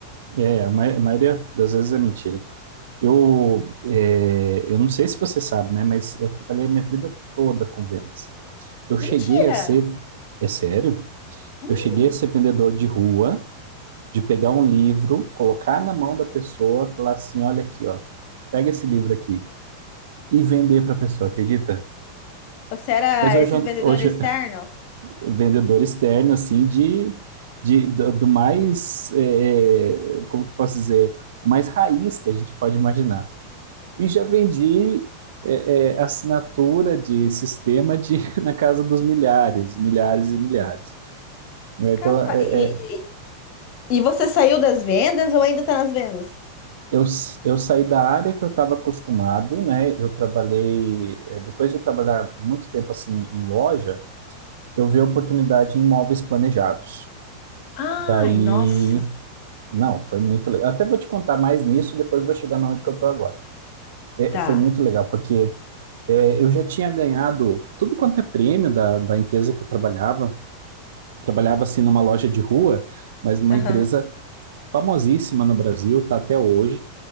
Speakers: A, on the right (about 60°); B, on the left (about 40°).
A: é, a mai- a maioria das vezes é mentira. Eu, é, eu não sei se você sabe, né? Mas eu trabalhei minha vida toda com vendas. Eu cheguei
B: Mentira!
A: a ser, é sério?
B: Hum,
A: Eu cheguei a ser vendedor de rua, de pegar um livro, colocar na mão da pessoa, falar assim, olha aqui, ó, pega esse livro aqui e vender para a pessoa, acredita?
B: você era
A: Mas hoje,
B: esses
A: eu-
B: vendedores
A: hoje,
B: externos?
A: vendedor externo, assim, de, de do, do mais, é, é, como que eu posso dizer, o mais raiz que a gente pode imaginar. E já vendi é, é, assinatura de sistema de, <laughs> na casa dos milhares, milhares e milhares. né? Então,
B: Capa.
A: é,
B: E,
A: é,
B: e, e você saiu das vendas ou ainda tá nas vendas?
A: eu, eu saí da área que eu estava acostumado, né? Eu trabalhei, é, depois de trabalhar muito tempo assim em loja, eu vi a oportunidade em imóveis planejados.
B: Ai,
A: Daí
B: nossa.
A: Não, foi muito legal. Até vou te contar mais nisso, depois vou chegar na onde que eu tô agora. É,
B: Tá.
A: foi muito legal, porque é, eu já tinha ganhado tudo quanto é prêmio da, da empresa que eu trabalhava. Trabalhava assim numa loja de rua, mas numa
B: Aham.
A: empresa famosíssima no Brasil, tá até hoje,